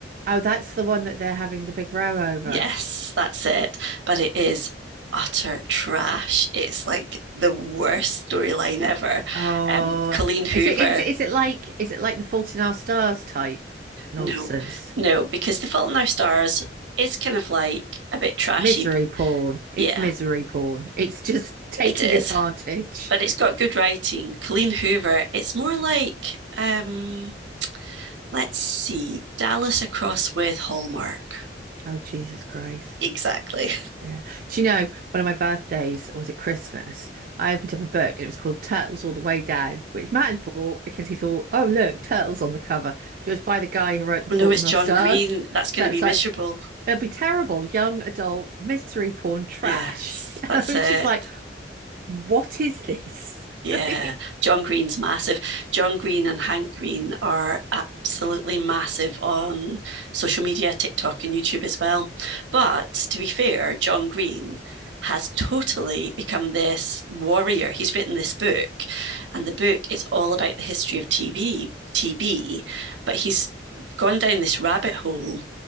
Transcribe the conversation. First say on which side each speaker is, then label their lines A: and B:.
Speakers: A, on the right; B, on the right.
A: oh, that's the one that they're having the big row over.
B: Yes, that's it. But it is utter trash. It's like the worst storyline ever.
A: Oh,
B: Um, Colleen Hoover,
A: is it is it is it like is it like the Fault in Our Stars type nonsense?
B: no, no, because The Fault in Our Stars is kind of like a bit trashy.
A: Misery porn. It's
B: Yeah,
A: misery porn. It's just <laughs> taking
B: It is,
A: advantage.
B: but it's got good writing. Colleen Hoover. It's more like, um, let's see, Dallas across with Hallmark.
A: Oh, Jesus Christ.
B: Exactly.
A: Yeah. Do you know, one of my birthdays, or was it Christmas? I opened up a book and it was called Turtles All the Way Down, which Matt had bought because he thought, oh, look, turtles on the cover. But it was by the guy who wrote The
B: Oh
A: Fault
B: no, it's
A: in
B: John
A: Our Stars.
B: Green. That's going
A: That's
B: to be miserable.
A: like, it'll be terrible, young adult misery porn trash.
B: Yes,
A: <laughs>
B: that's
A: I was
B: it.
A: just like, what is this?
B: Yeah,
A: <laughs>
B: John Green's massive. John Green and Hank Green are absolutely massive on social media, TikTok, and YouTube as well. But to be fair, John Green has totally become this warrior. He's written this book, and the book is all about the history of TV, TB, but he's gone down this rabbit hole